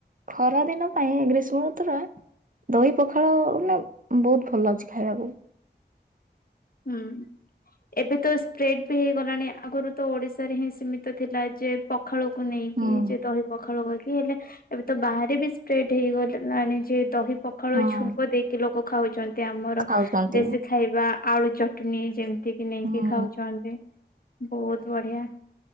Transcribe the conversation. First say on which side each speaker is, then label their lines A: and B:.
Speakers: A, on the right (about 50°); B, on the left (about 55°).
A: ଖରା ଦିନ ପାଇଁ ଗ୍ରୀଷ୍ମ ଋତୁର ଦହି ପଖାଳ ମାନେ ବହୁତ ଭଲ ଅଛି ଖାଇବାକୁ।
B: ହୁଁ। ଏବେ ତ ସ୍ପ୍ରେଡ଼୍ ବି ହେଇଗଲାଣି ଆଗରୁ ତ ଓଡ଼ିଶାରେ ହିଁ ସୀମିତ ଥିଲା ଯେ ପଖାଳକୁ ନେଇକି
A: ହୁଁ।
B: ଯେ ଦହି ପଖାଳୁ କରିକି ହେଲେ ଏବେ ତ ବାହାରେ ବି ସ୍ପ୍ରେଡ ହେଇଗଲେ ଆଣି ଯେ ଦହି ପ ପଖାଳ
A: ହଁ
B: ଛୁଙ୍କ ଦେଇକି ଲୋକ ଖାଉଚନ୍ତି ଆମର
A: ଖାଉଛନ୍ତି।
B: ଦେଶୀ ଖାଇବା ଆଳୁ ଚଟଣି ଯେମିତି କିି ନେଇକି
A: ହୁଁ
B: ଖାଉଚନ୍ତି ବୋହୁତ୍ ବଢିଆ।